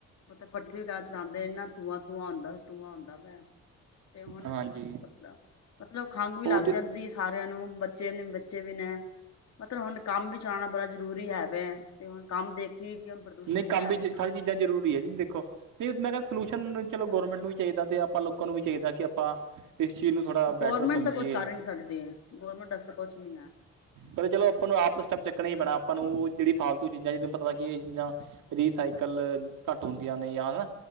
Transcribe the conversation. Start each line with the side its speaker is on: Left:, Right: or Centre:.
Left: ਮਤਲਬ ਪੱਠੀ ਖੈਰ ਚਲਾਂਦੇ ਨਾ ਐਣਾ ਧੂਆਂ-ਧੂਆਂ ਹੁੰਦਾ, ਧੂਆਂ ਹੁੰਦਾ ਵੇ। ਤੇ ਹੁਣ
Right: ਹਾਂਜੀ
Left: ਸਸ ਪਤਾ ਮਤਲਬ ਖੰਘ ਵੀ
Right: ਉਹ
Left: ਲੱਗ
Right: ਤੇ
Left: ਜਾਂਦੀ ਏ। ਸਾਰਿਆਂ ਨੂੰ ਬੱਚੇ ਨੇ ਬੱਚੇ ਵੀ ਨੇ ਮਤਲਬ, ਹੁਣ ਕੰਮ ਵੀ ਜਣਾ ਪੈ ਜ਼ਰੂਰੀ ਹੈ ਵੇ ਤੇ, ਹੁਣ ਕੰਮ ਦੇਖੀ ਕਿ ਹੁਣ ਪ੍ਰਦੂਸ਼ਣ
Right: ਨਹੀਂ ਕੰਮ
Left: ਹੈ
Right: ਵੀ,
Left: ਵੇ
Right: ਸਾਰੀ ਚੀਜ਼ਾਂ ਜ਼ਰੂਰੀ ਹੈ ਜੀ ਦੇਖੋ ਨਹੀਂ ਮੈਂ ਕਿਹਾ ਸਲਿਊਸ਼ਨ ਚਲੋ ਗੌਰਮੈਂਟ ਨੂੰ ਵੀ ਚਾਹੀਦਾ ਤੇ, ਆਪਾਂ ਲੋਕਾਂ ਨੂੰ ਵੀ ਚਾਹੀਦਾ ਕਿ ਆਪਾਂ ਇਸ ਚੀਜ਼ ਨੂੰ, ਥੋੜ੍ਹਾ
Left: ਗੌਰਮੈਂਟ
Right: ਬੈਟਰ ਸਮਝੀਏ।
Left: ਤਾਂ ਕੁਛ ਕਰ ਹੀ ਨੀ ਸਕਦੀ ਹੈ ਗੌਰਮੈਂਟ ਵਾਸਤੇ ਕੁਛ ਨੀ ਹੈ।
Right: ਪਰ ਚਲੋ ਆਪਾਂ ਨੂੰ ਆਪ ਤਾਂ, ਸਟਪ ਚੱਕਣਾ ਹੀ ਪੈਣਾ ਆਪਾਂ ਨੂੰ, ਉਹ ਜਿਹੜੀ ਫਾਲਤੂ ਚੀਜ਼ਾਂ ਜਿਹਨੂੰ ਪਤਾ ਕੀ ਇਹ ਚੀਜ਼ਾਂ ਰੀਸਾਈਕਲ ਘੱਟ ਹੁੰਦੀਆਂ ਨੇ, ਜਾਂ ਹਨਾ